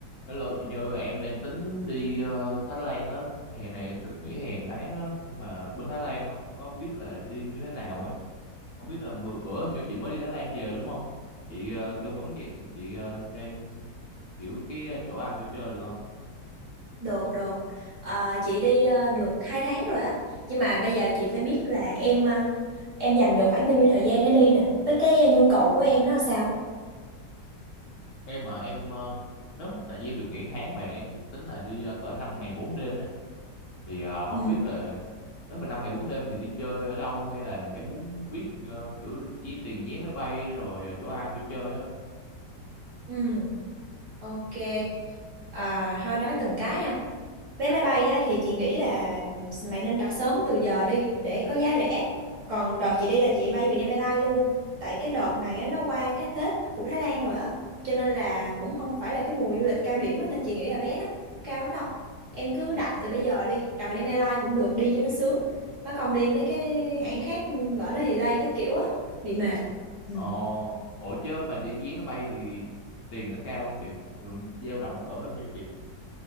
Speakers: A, on the left (about 65°); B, on the right (about 50°).
A: Hello chị Như em đang tính đi ờ, Thái Lan á hè này em được nghỉ hè một tháng á nhưng mà bên Thái Lan không có biết là đi như thế nào á không biết là bữa, bữa hình như chị mới đi Thái Lan về đúng không chị ờ, tư vấn chị, chị ờ, cho em kiểu cái ờ, chỗ ăn chỗ chơi được không
B: Được, được. À, chị đi ờ, được 2 tháng rồi á. Nhưng mà bây giờ chị phải biết là em ờ, em dành được khoảng bao nhiêu thời gian để đi nè. Với cái ờ, nhu cầu của em nó là sao?
A: em mà em ờ, nếu tại vì em được nghỉ một tháng mà em tính là đi ờ, cỡ 5 ngày 4 đêm đấy thì ờ, không
B: Ừ.
A: biết là nếu mà 5 ngày 4 đêm thì đi chơi ở đâu hay là em muốn biết ờ, kiểu chi tiền vé máy bay rồi ờ, chỗ ăn chỗ chơi á
B: Ừ, ok. À, thôi nói từng cái ha. Vé máy bay á, thì chị nghĩ là mày nên đặt sớm từ giờ đi để có giá rẻ. Còn đợt chị đi là chị bay Vietnam Airlines luôn. Tại cái đợt này á, nó qua cái Tết của Thái Lan rồi á. Cho nên là cũng không phải là cái mùa du lịch cao điểm á, nên chị nghĩ là vé nó không cao lắm đâu. Em cứ
A: Ờ.
B: đặt từ bây giờ đi, đặt Vietnam Airlines cũng được đi cho nó sướng. Nó còn đi mấy cái hãng khác lỡ nó delay các kiểu á, bị mệt. Ừ.
A: Ờ, Ủa chứ mà đi vé máy bay thì tiền nó cao không chị? Thường dao động cỡ bao nhiêu chị?